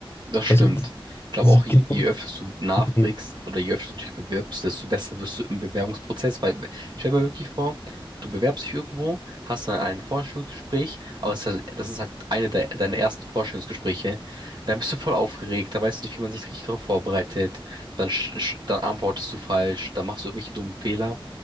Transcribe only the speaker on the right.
Das stimmt.
Ich glaube
auch, je
je
öfter du nachfragst
oder je öfter du dich bewirbst, desto besser wirst du im Bewerbungsprozess. Weil stell dir mal wirklich vor, du bewerbst dich irgendwo, hast dann ein Vorstellungsgespräch, aber es ist halt- das ist halt eine de deiner ersten Vorstellungsgespräche. Dann bist du voll aufgeregt, da weißt du nicht, wie man sich richtig darauf vorbereitet. Dann, sch sch dann antwortest du falsch, dann machst du irgendwelche dummen Fehler